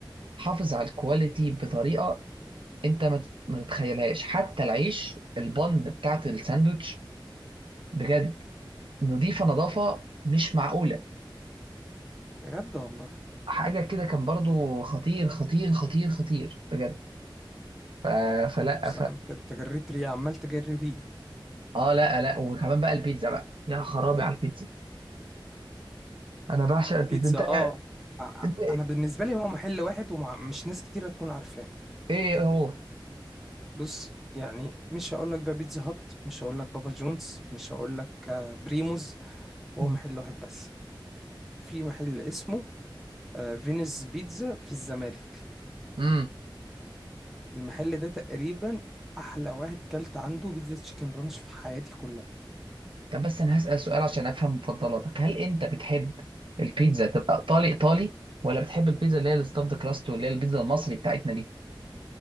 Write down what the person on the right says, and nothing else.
حافظ على الكواليتي بطريقه انت ما تت- ما تتخيلهاش حتى العيش البن بتاعت الساندوتش بجد نظيفه نظافه مش معقوله
حاجه كده كان برضو خطير خطير خطير خطير بجد ف... فلا
اه لا لا وكمان بقى البيتزا بقى يا خرابي على البيتزا انا بعشق
البيتزا انت
انت
ايه هو
مم.
امم
طب بس انا هسأل سؤال عشان افهم مفضلاتك هل انت بتحب البيتزا تبقى ايطالي ايطالي ولا بتحب البيتزا اللي هي الستافد كراست واللي هي البيتزا المصري بتاعتنا دي